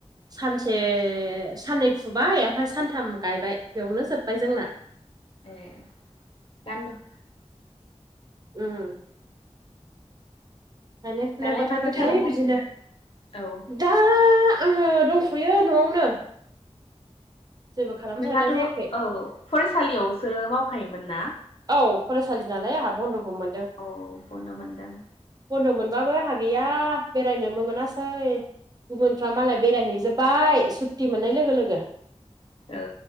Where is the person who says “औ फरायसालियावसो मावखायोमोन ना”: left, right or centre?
Left